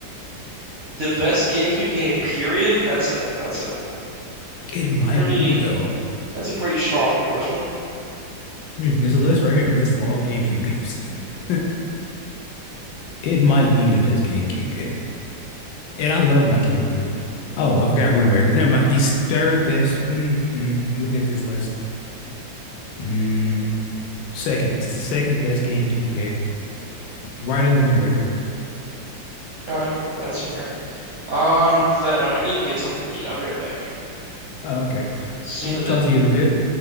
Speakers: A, on the right; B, on the left.
A: The best GameCube game, period. That's a that's a
B: It might
A: pretty
B: be though.
A: that's a pretty strong endorsement.
B: Hmm, there's a list right here, a list of all GameCube games. <laughs> it might be the best GameCube game. And I love my GameCube. Oh, I forgot Wind Waker. Never mind. The third best. Mm, mm, I'm looking at this list. Mm, second. It's the second best GameCube game, right under Wind Waker.
A: All right, that's fair. On that note, I need to get something to eat. I'll be right back.
B: Oh, okay.
A: See
B: I'll
A: you in a bit.
B: talk to you in a bit.